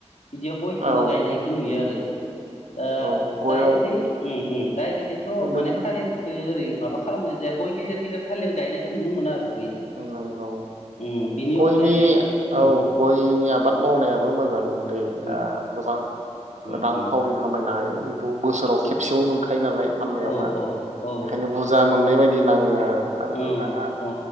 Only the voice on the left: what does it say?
बिदियाव गय खोनो
गायनायखो नुयो आरो दा
दायरेगै दायरेग बिथ'
माने थालिरखो ओरै माबा खालामनाय जाया गय गेजेर गेजेर थालिर गायनायखौ नुनो मोनो आरो बेनो
उम बिनि
अनगायै उम
उम
उम उम
औ औ औ
औ
औ